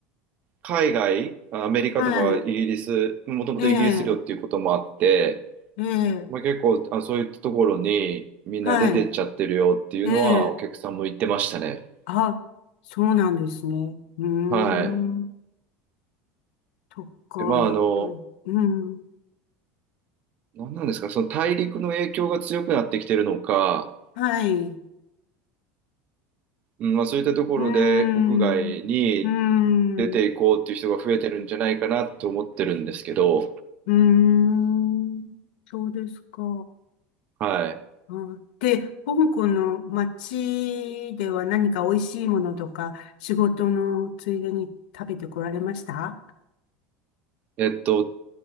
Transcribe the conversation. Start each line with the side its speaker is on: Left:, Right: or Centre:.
Right: 海外、アメリカとかイギリス、
Left: はい、
Right: もともとイギリス領っていうこともあって、
Left: ええ、ええ、
Right: まあ、結構、あ、そういったところにみんな出てっちゃってるよっていうのはお客さんも言ってましたね。
Left: はい、ええ、あ、そうなんですね。うーん、
Right: はい。
Left: とか、
Right: でまあ、
Left: やっぱり、
Right: あの、
Left: うん、
Right: 何なんですか、その大陸の影響が強くなってきてるのか、
Left: はい、う
Right: うん、まあ、そういったところで国外に
Left: ーん、うーん、
Right: 出ていこうっていう人が増えてるんじゃないかなと思ってるんですけど、
Left: うーん、そうですか。
Right: はい。
Left: うんで、香港の街では何か美味しいものとか、仕事のついでに食べてこられました
Right: えっと、